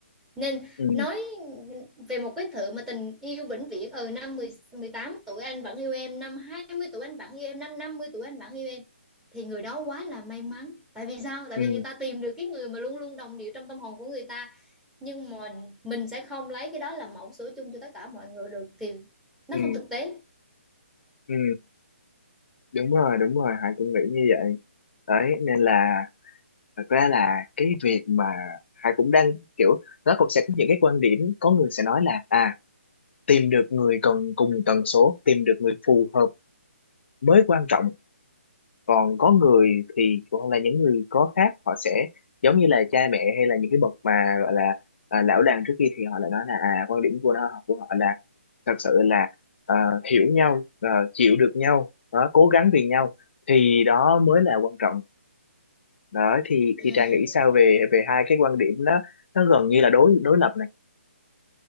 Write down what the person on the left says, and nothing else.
Ừ.
Ừ.
Ừ.
Ừ, đúng rồi, đúng rồi, Hải cũng nghĩ như vậy. Đấy, nên là thật ra là cái việc mà Hải cũng đang kiểu nó cũng sẽ có những cái quan điểm có người sẽ nói là à tìm được người cần cùng tần số, tìm được người phù hợp mới quan trọng còn có người thì hoặc là những người có khác họ sẽ giống như là cha mẹ hay là những cái bậc mà gọi là à, lão đàn trước kia thì họ lại nói là à quan điểm của nó của họ là thật sự là à, hiểu nhau à, chịu được nhau đó, cố gắng vì nhau thì đó mới là quan trọng đó thì
thì Trà nghĩ sao về về hai cái quan điểm đó nó gần như là đối đối lập này